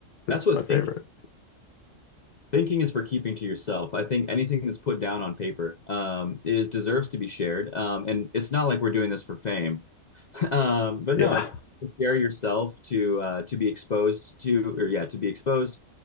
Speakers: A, on the left; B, on the left.
A: that's
B: It's
A: what
B: my
A: thinking.
B: favorite.
A: Thinking is for keeping to yourself. I think anything that's put down on paper um, is deserves to be shared, um, and it's not like we're doing this for fame. <laughs> Um, but
B: Yeah.
A: no, it's to share yourself to uh, to be exposed to, or yeah, to be exposed.